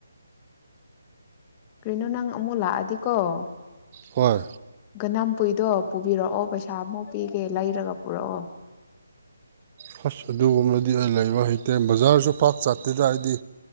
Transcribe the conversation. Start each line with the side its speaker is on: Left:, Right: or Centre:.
Left: ꯀꯔꯤꯅꯣ ꯅꯪ ꯑꯃꯨꯛ ꯂꯥꯛꯑꯗꯤꯀꯣ <unintelligible>
Right: ꯍꯣꯏ
Left: ꯎꯄꯨꯏꯗꯣ ꯄꯨꯕꯤꯔꯛꯑꯣ ꯄꯩꯁꯥ ꯑꯃ ꯄꯤꯒꯦ ꯂꯩꯔꯒ ꯄꯨꯔꯛꯑꯣ
Right: ꯐꯁ ꯑꯗꯨꯒꯨꯝꯕꯅꯗꯤ ꯑꯩ ꯂꯩꯕ ꯍꯩꯇꯦ ꯕꯖꯥꯔꯁꯨ ꯄꯥꯛ ꯆꯥꯠꯇꯦꯗ ꯑꯩꯗꯤ